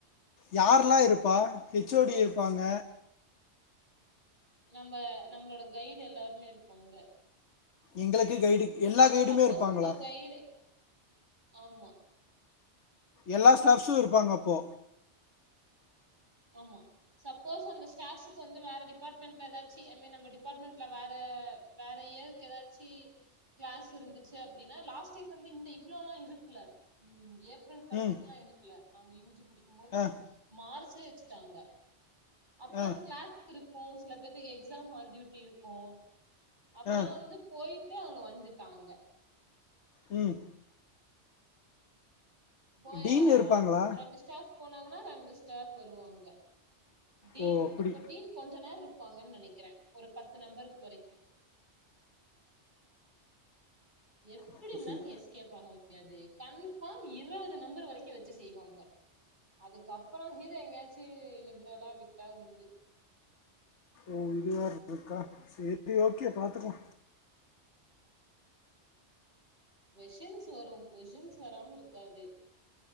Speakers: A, on the left; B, on the right.
A: யாரலா இருப்பா ஹெச் ஓ டி இருப்பாங்க
B: நம்ப நம்மளோட கைடு எல்லாருமே இருப்பாங்க
A: எங்களுக்கு கைடு
B: உங்களுக்
A: எல்லா கைடுமே
B: சப்போஸ்
A: இருப்பாங்களா
B: உங்க கைடு ஆமா
A: எல்லா ஸ்டாஃப்ஸு இருப்பாங்க அப்போ
B: ஆமா சப்போஸ் அந்த ஸ்டாஃப்ஸுக்கு வந்து வேற டிபாட்மண்ட்ல ஏதாச்சி ஐ மீன் நம்ம டிபாட்மண்ட்ல வேற வேற ஏதுக் ஏதாச்சி கிளாஸ் இருந்துச்சு அப்டின்னா லாஸ்ட் டைம் வந்து இந்த இவ்ளோல்லா இருக்கல ஃபுல் கடசீக்லா
A: ம்
B: எடுக்ல நாங்க யூ ஜி படிக்கும் போது
A: ஆ
B: மார்ச்சலயே வச்சுட்டாங்க அப்பல்லா
A: ஆ
B: கிளாஸ் இருக்கு சில பேத்துக்கு எக்ஸாம் ஹால் டியூட்டி இருக்கு அப்பல்லா
A: ஆ
B: வந்து போய்ட்டு அவுங்க வந்துட்டாங்க
A: ம்
B: போய
A: டீன் இருப்பாங்களா
B: ரெண்டு ஸ்டாஃப் போனாங்னா ரெண்டு ஸ்டாஃப் வருவாங்க டீன்
A: ஓ அப்படி
B: டீன் கொஞ்ச நேருப் பாங்கன் நெனைக்கிறே ஒரு பத்து நம்பருக்கு வரைக்கு எப்டி
A: அப்ப
B: இருந்தாலு
A: சரி
B: நீ எஸ்கேப் ஆக முடியாது கன்ஃபார்ம் இருவது நம்பர் வரைக்கு வச்சு செய்வாங்க அதுக்கப்பறோ மீத எங்கயாச்சு லிபரலா விட்டா உண்டு
A: ஓ இது வேற இருக்கா சரி ஓகே பாத்துக்கலா
B: கொஷின்ஸ் வரு கொஷின்ஸ் வராம இருக்காது